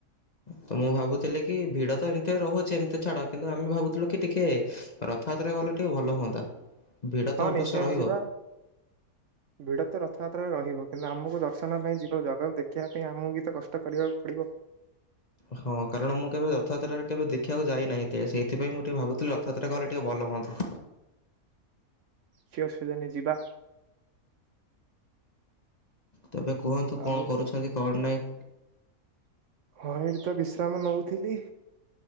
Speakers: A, on the left; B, on the right.
A: ତ ମୁଁ ଭାବୁଥିଲି କି ଭିଡ଼ ତ ଏମିତି ରହୁଚି। ସେମିତି ଛାଡ଼ କିନ୍ତୁ ଆମେ ଭାବୁଥିଲୁ କି? ଟିକେ ରଥ ଯାତ୍ରାରେ ଗଲେ ଟିକେ ଭଲ ହୁଅନ୍ତା। ଭିଡ଼ ତ
B: ହଁ
A: ଅବଶ୍ୟ
B: ନିଶ୍ଚୟ
A: ରହିବ।
B: ଯିବା। ଭିଡ଼ ତ ରଥ ଯାତ୍ରାରେ ରହିବ। କିନ୍ତୁ ଆମୁକୁ ଦର୍ଶନ ପାଇଁ ଯିବା। ଜଗାକୁ ଦେଖିବା ପାଇଁ ଆମକୁ ବି ତ କଷ୍ଟ କରିବାକୁ ପଡ଼ିବ।
A: ହଁ। କାରଣ ମୁଁ କେବେ ରଥ ଯାତ୍ରାରେ କେବେ ଦେଖିବାକୁ ଯାଇ ନାହିଁ। ଯେ ସେଇଥିପାଇଁ ମୁଁ ଟିକେ ଭାବୁଥିଲି। ରଥ ଯାତ୍ରାରେ ଗଲେ ଟିକେ ଭଲ ହୁଅନ୍ତା।
B: କିଛି ଅସୁବିଧା ନାହିଁ ଯିବା।
A: ତେବେ କୁହନ୍ତୁ କଣ
B: ଆଉ
A: କରୁଛନ୍ତି କଣ ନାହିଁ?
B: ହଁ ଏଇଠି ତ ବିଶ୍ରାମ ନୋଉଥିଲି।